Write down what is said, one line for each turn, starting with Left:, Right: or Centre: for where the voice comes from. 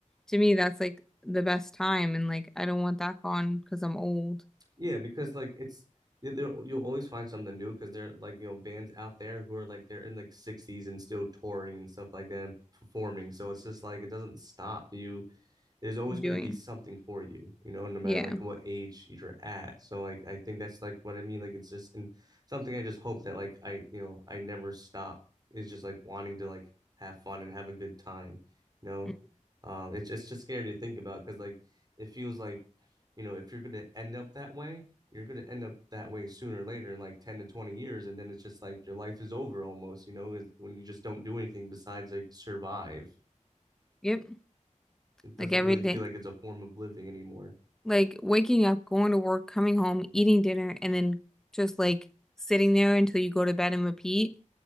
Centre: to me, that's like the best time, and like I don't want that gone because I'm old.
Right: Yeah, because like it's you- there- you'll always find something new because there are like you know bands out there who are like they're in like 60s and still touring and stuff like that and performing. So it's just like it doesn't stop. You there's always
Centre: I'm doing,
Right: going to be something for you, you know, no matter
Centre: yeah,
Right: like what age you're at. So like I think that's like what I mean. Like it's just and something I just hope that like I you know I never stop is just like wanting to like have fun and have a good time, you know.
Centre: Mhm.
Right: Um, it's just it's just scary to think about because like it feels like you know if you're going to end up that way, you're going to end up that way sooner or later in like 10 to 20 years and then it's just like your life is over almost you know, when you just don't do anything besides like survive
Centre: yep,
Right: it doesn't
Centre: like every
Right: really
Centre: day.
Right: feel like it's a form of living anymore.
Centre: Like waking up, going to work, coming home, eating dinner, and then just like sitting there until you go to bed and repeat.